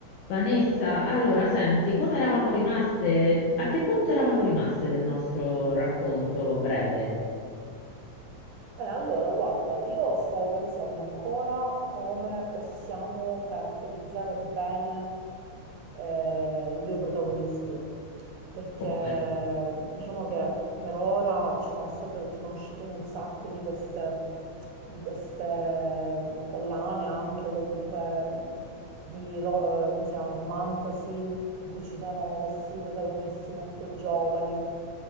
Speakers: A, on the left; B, on the right.
A: Vanessa, allora
B: Eh,
A: senti, come eravamo rimaste? A che punto eravamo rimaste del nostro racconto breve?
B: allora, guarda, io sto pensando ancora come possiamo caratterizzare bene eh, i due protagonisti, perché
A: Ok,
B: diciamo che per ora ci sono state, sono uscite un sacco di queste, di queste mh, collane, anche comunque mh, di ro- eh, come si chiama, romantasy, in cui ci sono questi protagonisti molto giovani,